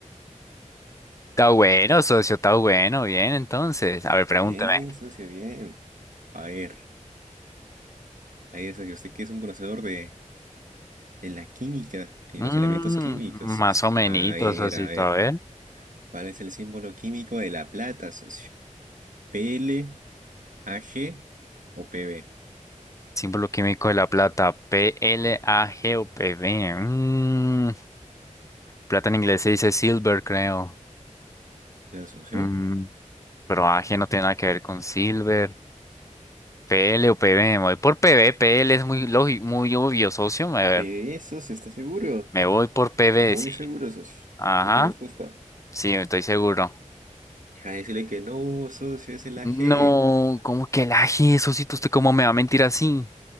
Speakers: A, on the left; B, on the right.
A: Está bueno, socio, está bueno. Bien, entonces. A ver, pregúnteme.
B: Bien, socio, bien. A ver, ahí es, socio, usted que es un conocedor de, de la química y
A: Mm,
B: los elementos químicos,
A: más
B: socio.
A: o menos,
B: A ver,
A: socio,
B: a ver,
A: a ver.
B: ¿cuál es el símbolo químico de la plata, socio? P L A G o P B
A: Símbolo químico de la plata, P L A G O PLAGUPV. Mm, plata en inglés se dice silver, creo.
B: ¿Ya, socio?
A: Mm, pero A G no tiene nada que ver con silver. P L o P PV, me voy por P V. P L es muy lógico, muy obvio, socio. A ver,
B: P PB, socio, ¿está seguro?
A: me voy por P PV,
B: Muy
A: sí.
B: seguro, socio,
A: Ajá,
B: de esa respuesta.
A: sí, estoy seguro.
B: Deja de decirle que no, socio, es el A
A: No,
B: G
A: ¿cómo que el A G socito? ¿Usted cómo me va a mentir así?